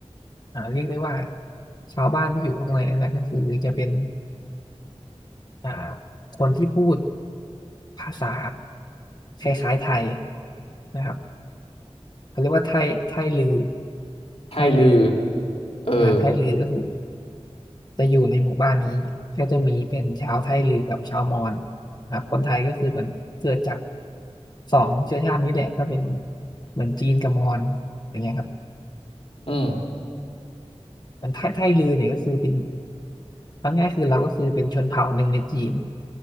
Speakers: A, on the left; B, on the left.
A: อ่าเรียกได้ว่าชาวบ้านที่อยู่ข้างในนั้นนะก็คือจะเป็นอ่าคนที่พูดภาษาคล้ายๆไทยนะครับเขาเรียกว่าไทยไทยลือ
B: ไทลือ
A: ไทยลือ
B: เออ
A: อ่าไทยลือก็คือ จะอยู่ในหมู่บ้านนี้ก็จะมีเป็นชาวไทลือกับชาวมอญครับคนไทยก็คือเหมือนเกิดจากสองเชื้อชาตินี้แหละก็เป็นเหมือนจีนกับมอญอย่างเงี้ยครับ
B: อืม
A: มันไทไทลือเนี่ยก็คือเป็นเอาง่ายๆคือเราก็คือเป็นชนเผ่าหนึ่งในจีน